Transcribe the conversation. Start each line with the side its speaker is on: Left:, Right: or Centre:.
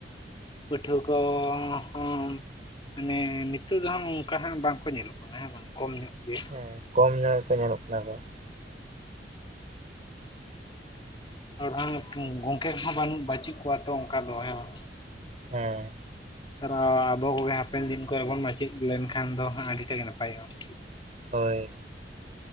Left: ᱯᱟᱹᱴᱷᱣᱟᱹ ᱠᱚ ᱦᱚᱸ ᱢᱟᱱᱮ ᱱᱤᱛᱟᱹᱜ ᱫᱚ ᱦᱟᱸᱜ ᱚᱝᱠᱟ ᱦᱟᱸᱜ ᱵᱟᱝ ᱠᱚ ᱧᱮᱞᱚᱜ ᱠᱟᱱᱟ ᱦᱮᱸ ᱵᱟᱝ ᱠᱚᱢ ᱧᱚᱜ ᱜᱮ᱾
Right: ᱦᱮᱸ ᱠᱚᱢ ᱧᱚᱜ ᱠᱚ ᱧᱮᱞᱚᱜ ᱠᱟᱱᱟ ᱠᱚ᱾
Left: ᱟᱨ ᱦᱚᱸᱜᱼᱚ ᱜᱚᱝᱠᱮ ᱠᱚ ᱦᱚᱸ ᱵᱟᱹᱱᱩᱜ ᱵᱟᱹᱪᱩᱜ ᱠᱚᱣᱟ ᱛᱚ ᱚᱝᱠᱟ ᱫᱚ ᱦᱮᱸ ᱵᱟᱝ᱾
Right: ᱦᱮᱸ
Left: ᱟᱨᱚ ᱟᱵᱚ ᱠᱚᱜᱮ ᱦᱟᱯᱮᱱ ᱫᱤᱱ ᱠᱚᱨᱮ ᱵᱚᱱ ᱢᱟᱪᱮᱫ ᱞᱮᱱᱠᱷᱟᱱ ᱫᱚ ᱦᱟᱸᱜ ᱟᱹᱰᱤ ᱴᱟᱜ ᱜᱮ ᱱᱟᱯᱟᱭᱚᱜᱼᱟ᱾
Right: ᱦᱳᱭ